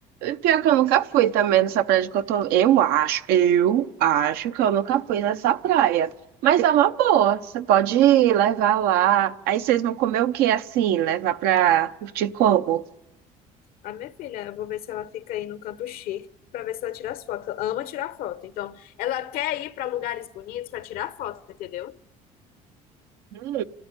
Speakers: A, on the right; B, on the left.
A: Pior que eu nunca fui também nessa praia que eu tô. Eu acho, eu acho que eu nunca fui nessa praia. Mas é uma boa. Você pode ir levar lá. Aí vocês vão comer o que assim? Levar pra curtir como?
B: A minha filha, eu vou ver se ela fica aí no canto chique pra ver se ela tira as fotos. Ela ama tirar foto. Então, ela quer ir pra lugares bonitos pra tirar foto, entendeu?
A: Hum.